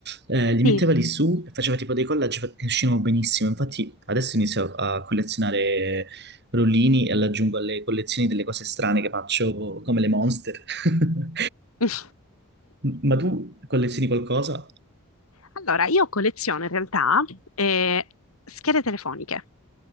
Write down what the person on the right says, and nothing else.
eh, li metteva
lì su e faceva tipo dei collage fa- che uscivano benissimo. Infatti adesso inizio a collezionare rollini e li aggiungo alle collezioni delle cose strane che faccio, come le monster. <laughs>
Ma tu collezioni qualcosa?